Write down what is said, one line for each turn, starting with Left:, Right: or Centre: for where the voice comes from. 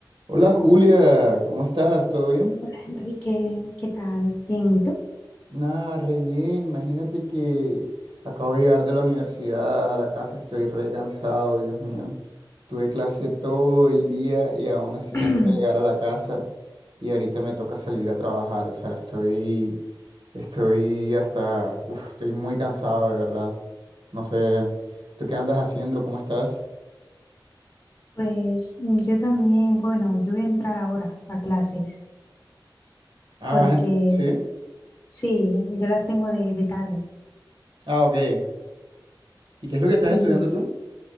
Right: Hola Julia, ¿cómo estás? ¿Todo bien?
Left: Hola Enrique, ¿qué tal? Bien, ¿y tú?
Right: Nada, re bien. Imagínate que acabo de llegar de la universidad a la casa, estoy re cansado, Dios mío. Tuve clase todo el día y aún así
Left: <clears throat>
Right: me toca llegar a la casa y ahorita me toca salir a trabajar. O sea, estoy, estoy hasta, uf, estoy muy cansado de verdad. No sé, ¿tú qué andas haciendo? ¿Cómo estás?
Left: Pues yo también, bueno, yo voy a entrar ahora a clases
Right: Ah,
Left: porque
Right: vas en- ¿Sí?
Left: tú- sí, yo las tengo de, de tarde
Right: Ah, ok. ¿Y qué es lo que estás
Left: y
Right: estudiando tú?